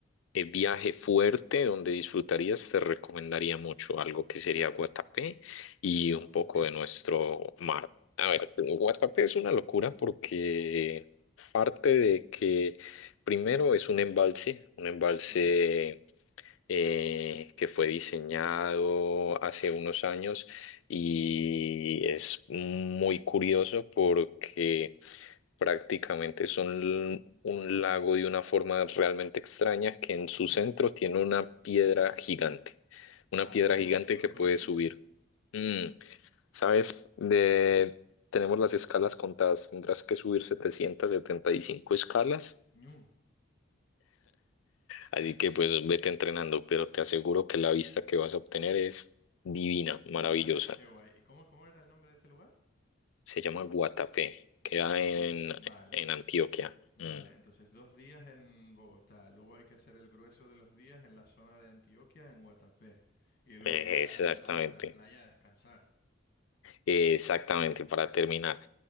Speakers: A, on the left (about 85°); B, on the left (about 50°).
A: eh, viaje fuerte donde disfrutarías, te recomendaría mucho algo que sería Guatapé y
B: Guatapé.
A: un poco de nuestro mar. A ver, Guatapé es una locura porque parte de que primero es un embalse, un embalse
B: Vale.
A: eh, que fue diseñado hace unos años y es muy curioso porque prácticamente son un lago de una forma realmente extraña que en su
B: Ujú.
A: centro tiene una piedra gigante, una
B: Vale,
A: piedra
B: no,
A: gigante
B: no lo
A: que
B: conocía.
A: puede subir. Mm, ¿sabes? De, tenemos las escalas contadas, tendrás que subir 775 escalas,
B: Ñu.
A: así que pues vete entrenando, pero te aseguro que la vista que vas a obtener es divina, maravillosa.
B: Vale, qué guay. ¿Y cómo, cómo era el nombre de este lugar?
A: Se llama Guatapé,
B: Guatapé.
A: queda en,
B: Vale,
A: en Antioquia.
B: vale.
A: Mm,
B: Entonces, dos días en Bogotá. Luego hay que hacer el grueso de los días en la zona de Antioquia, en Guatapé. Y luego
A: eh,
B: ya
A: exactamente,
B: al- a la playa a descansar.
A: exactamente, para terminar.